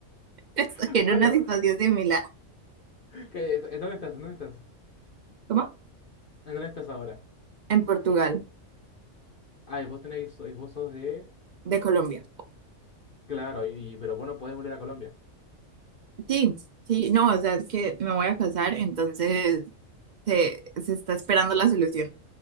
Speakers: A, on the right (about 55°); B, on the left (about 45°).
A: Estoy
B: <laughs>
A: en
B: Bueno,
A: una situación similar.
B: ¿qué- ¿dónde estás? ¿Dónde estás?
A: ¿Cómo?
B: ¿En ¿Dónde estás ahora?
A: En Portugal,
B: Ah, y vos tenés que, so- y vos sos de.
A: de Colombia.
B: Claro, y, y- pero vos no podés volver a Colombia.
A: Sí, sí, no, o sea, es que me voy a casar, entonces se, se está esperando la solución.